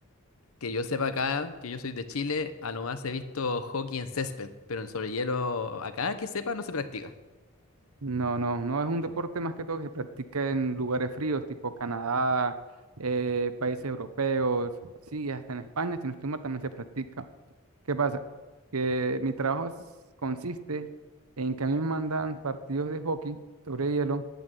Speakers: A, on the left; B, on the right.
A: Que yo sepa acá, que yo soy de Chile, a lo más he visto hockey en césped, pero en sobre hielo acá que sepa no se practica.
B: No, no, no es un deporte más que todo que se practica en lugares fríos, tipo Canadá, eh, países europeos, sí, hasta en España, si no estoy mal, también se practica. ¿Qué pasa? Que mi trabajo s- consiste en que a mí me mandan partidos de hockey sobre hielo